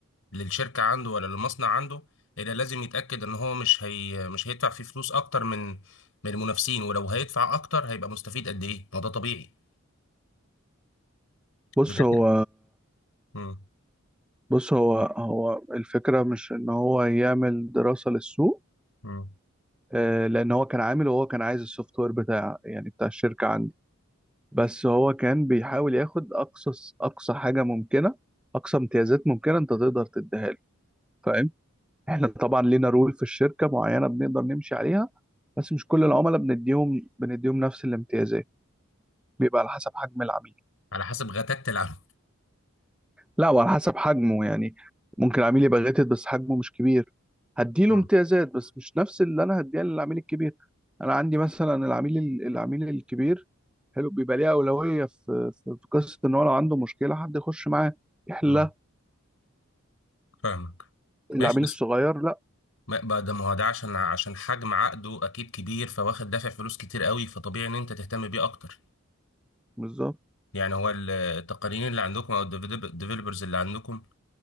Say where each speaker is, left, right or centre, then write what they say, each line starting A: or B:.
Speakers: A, on the left (about 70°); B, in the centre.
A: للشركة عنده ولا للمصنع عنده إلا لازم يتأكد إن هو مش هي مش هيدفع فيه فلوس أكتر من من المنافسين ولو هيدفع أكتر هيبقى مستفيد قد إيه؟ ما ده طبيعي
B: بص
A: ده ده
B: هو
A: كده مم.
B: بص هو هو الفكره مش ان هو يعمل دراسه للسوق
A: مم.
B: آه، لان هو كان عامل وهو كان عايز السوفت وير بتاع يعني بتاع الشركه عنده بس هو كان بيحاول ياخد اقصى اقصى حاجه ممكنه اقصى امتيازات ممكنه انت تقدر تديها له فاهم احنا طبعا لينا رول في الشركه معينه بنقدر نمشي عليها بس مش كل العملاء بنديهم بنديهم نفس الامتيازات بيبقى على حسب حجم العميل
A: على حسب غتات العمل
B: لا وعلى حسب حجمه يعني ممكن العميل يبقى غاتت بس حجمه مش كبير هديله
A: مم.
B: امتيازات بس مش نفس اللي انا هديها للعميل الكبير انا عندي مثلا العميل ال- العميل الكبير حلو بيبقى ليه اولويه في في في قصه ان هو لو عنده مشكله حد يخش معاه يحلها
A: مم. فاهمك
B: العميل
A: ماشي بس
B: الصغير لا
A: ما بقى ده ما هو ده عشان عشان حجم عقده أكيد كبير فواخد دافع فلوس كتير قوي فطبيعي إن أنت تهتم بيه أكتر
B: بالظبط
A: يعني هو التقنيين اللي عندكم أو الديفلوبرز اللي عندكم